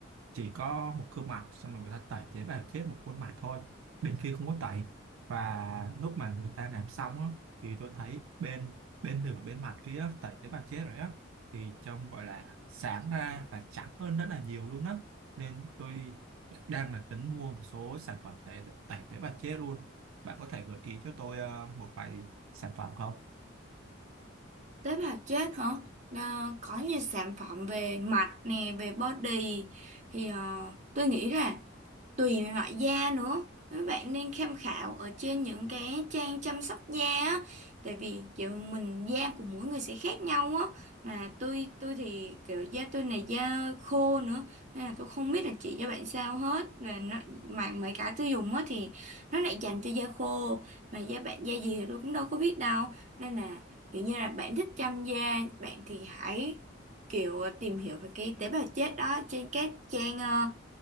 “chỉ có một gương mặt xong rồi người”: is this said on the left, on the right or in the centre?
Right